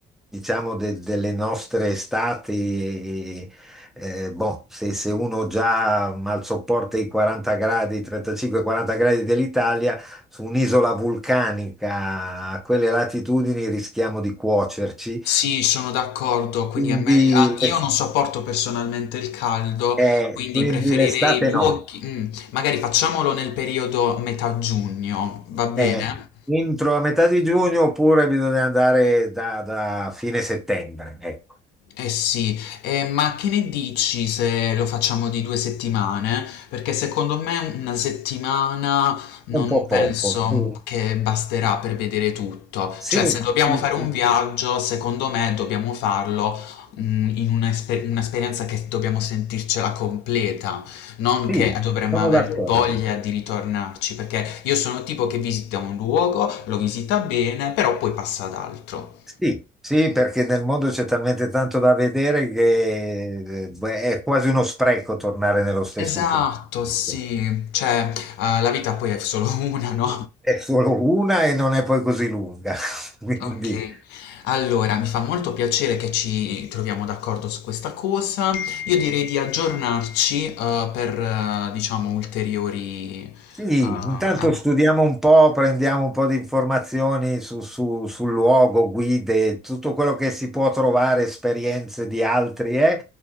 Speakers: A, in the centre; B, on the left.
A: diciamo, de- delle nostre estati. eh, boh, se, se uno già mal sopporta i 40 gradi, 35-40 gradi dell'Italia, su un'isola vulcanica a quelle latitudini rischiamo di cuocerci.
B: Sì, sono d'accordo, quindi
A: Quindi
B: è meglio... ah,
A: le-
B: io non sopporto personalmente il caldo,
A: Eh,
B: quindi
A: quindi
B: preferirei
A: l'estate
B: luoghi...
A: no.
B: mm, magari facciamolo nel periodo metà giugno, va bene?
A: Eh, entro a metà di giugno oppure bisogna andare da, da fine settembre. Ecco,
B: Eh sì, eh, ma che ne dici se lo facciamo di due settimane? Perché secondo me una settimana non
A: un po'
B: penso
A: poco. Sì,
B: che basterà per vedere tutto.
A: sì,
B: Cioè, se dobbiamo
A: sì,
B: fare un
A: sì,
B: viaggio, secondo me dobbiamo farlo, mm, in una esper- un'esperienza che dobbiamo sentircela completa, non
A: sì,
B: che dovremmo
A: sono
B: aver
A: d'accordo.
B: voglia di ritornarci, perché io sono il tipo che visita un luogo, lo visita bene, però poi passa ad altro.
A: Sì, sì, perché nel mondo c'è talmente tanto da vedere che eh, beh, è quasi uno spreco tornare nello stesso
B: Esatto,
A: punto. Ecco.
B: sì, cioè, uhm, la vita poi è solo <laughs> una, no?
A: È solo una e non è poi così lunga. <laughs> Quindi
B: Okay, allora mi fa molto piacere che ci troviamo d'accordo su questa cosa. Io direi di aggiornarci, uhm, per eh, diciamo ulteriori,
A: Sì,
B: uhm,
A: intanto
B: a
A: studiamo un po', prendiamo un po' di informazioni su- su- sul luogo, guide, tutto quello che si può trovare, esperienze di altri, eh,